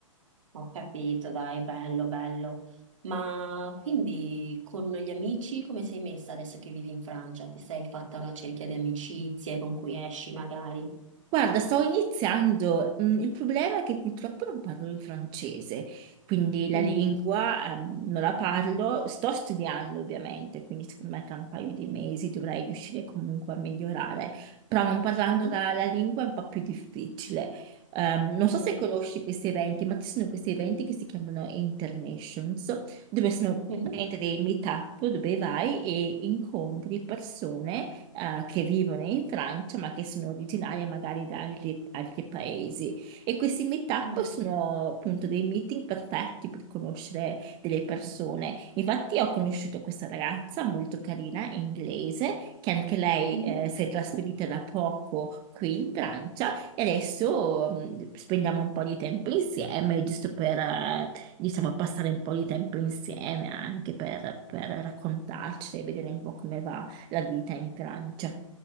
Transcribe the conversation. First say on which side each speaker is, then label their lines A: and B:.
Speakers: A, on the right; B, on the right.
A: ho capito, dai, bello, bello. Ma quindi con gli amici come sei messa adesso che vivi in Francia? Ti sei fatta una cerchia di amicizie con cui esci magari?
B: Guarda, sto iniziando. Mm, Il problema è che purtroppo non parlo il francese, quindi la
A: Mm,
B: lingua, ehm, non la parlo. Sto studiando ovviamente, quindi secondo me tra un paio di mesi dovrei riuscire comunque a migliorare, però non parlando
A: mhm,
B: la, la lingua è un po' più difficile. Ehm, non
A: mm,
B: so se conosci questi eventi, ma ci sono questi eventi che si chiamano Internations, dove sono
A: mhm,
B: praticamente dei meet-up dove vai e incontri persone eh, che vivono in Francia, ma che sono originarie magari da altri, altri paesi. E questi meetup
A: mm,
B: sono appunto dei meeting perfetti per conoscere delle persone. Infatti, ho conosciuto questa ragazza molto carina, inglese, che anche lei
A: mhm,
B: eh, si è trasferita da poco qui in Francia e adesso mh, spendiamo un po' di tempo insieme, giusto per, eh, diciamo, passare un po' di tempo insieme anche per, per raccontarci e vedere un po' come va la vita in Francia.